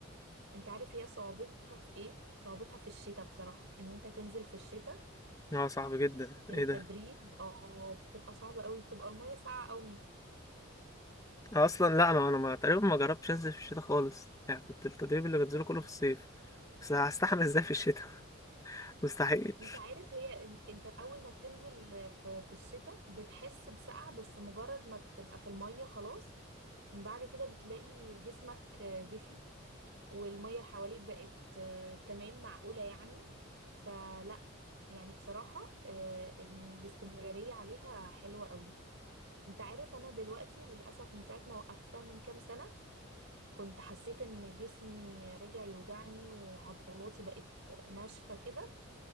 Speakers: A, on the right; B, on the left.
A: انت عارف هي صعوبتها في ايه صعوبتها في الشتاء بصراحة ان انت تنزل في الشتاء
B: اه صعب جدا
A: التدريب
B: ايه ده
A: اه بتبقى صعبة قوي بتبقى المية ساقعة قوي
B: أنا اصلا لا انا انا ما تقريبا ما جربتش انزل في الشتاء خالص يعني كنت التدريب اللي بنزله كله في الصيف بس هستحمل ازاي في الشتاء <laughs> مستحيل
A: انت عارف هي ان- انت اول ما بتنزل في في الشتاء بتحس بسقعة بس مجرد ما بتبقى في المية خلاص من بعد كده بتلاقي جسمك دفي والمية حواليك بقت آه، تمام معقولة يعني فلا يعني بصراحة آه، الاستمرارية عليها حلوة قوي انت عارف انا دلوقتي للأسف من ساعة ما وقفتها من كام سنة كنت حسيت ان جسمي رجع يوجعني وعضلاتي بقت ناشفة كده